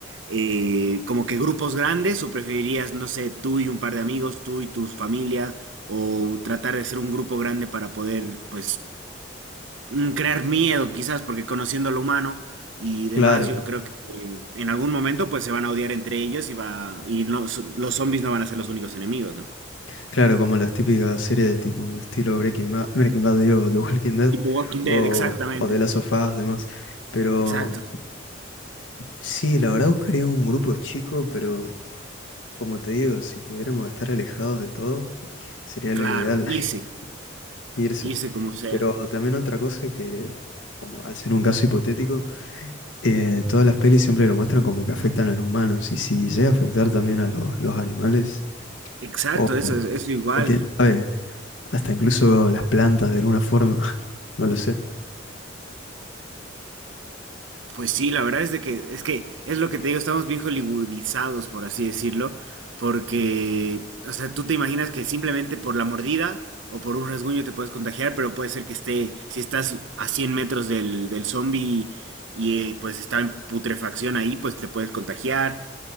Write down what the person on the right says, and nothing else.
eh, como que grupos grandes o preferirías, no sé, tú y un par de amigos, tú y tu familia o tratar de hacer un grupo grande para poder pues mm, crear miedo quizás porque conociendo lo humano y
demás yo creo que eh, en algún momento pues se van a odiar entre ellos y va y no, los zombies no van a ser los únicos enemigos, ¿no?
Tipo Walking
Dead, exactamente.
Exacto.
Claro,
irse,
irse como sea.
Exacto,
eso es eso igual.
Pues sí, la verdad es de que es que es lo que te digo, estamos bien hollywoodizados, por así decirlo, porque o sea, tú te imaginas que simplemente por la mordida o por un rasguño te puedes contagiar, pero puede ser que esté si estás a 100 metros del del zombie y eh, pues está en putrefacción ahí, pues te puedes contagiar.